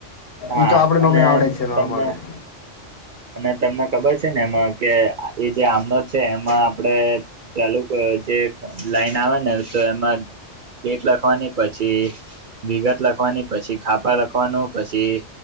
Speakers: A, on the right; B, on the left.
A: હા
B: એ તો આપડે
A: અને
B: ઓમેય આવડે જ છે નોર્મલ
A: તમને
B: બી,
A: અને તમને ખબર છેને એમાં કે એ જે આમનોટ છે. એમાં આપડે, ચાલુ ક જે એક લાઈન આવે ને તો એમાં, ડેટ લખવાની પછી, વિગત લખવાની, પછી ખાપા લખવાનું, પછી,